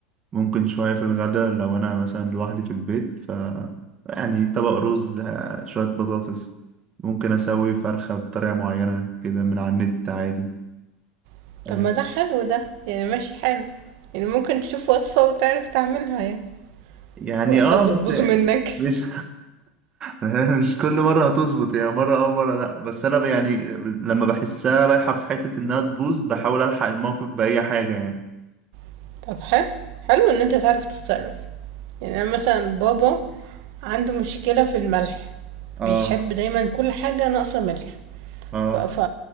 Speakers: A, on the right; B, on the right.
A: ممكن شوية في الغداء لو أنا مثلا لوحدي في البيت ف يعني طبق رز آه، شوية بطاطس ممكن أسوي فرخة بطريقة معينة كده من على النت عادي
B: <laughs>
A: آه،
B: طب ما ده حلو ده يعني ماشي حلو يعني ممكن تشوف وصفة وتعرف تعملها يعني
A: يعني
B: ولا
A: اه
B: بتبوظه
A: بس
B: منك
A: مش <laughs> مش كل مرة هتظبط يعني مرة اه مرة لأ بس أنا ب- يعني لما بحسها رايحة في حتة إنها تبوظ بحاول ألحق الموقف بأي حاجة يعني
B: <laughs> طب حلو حلو ان انت تعرف تتصرف يعني انا مثلا بابا عنده مشكلة في الملح
A: اه
B: بيحب دايما كل حاجة ناقصة ملح
A: اه
B: ف... ف...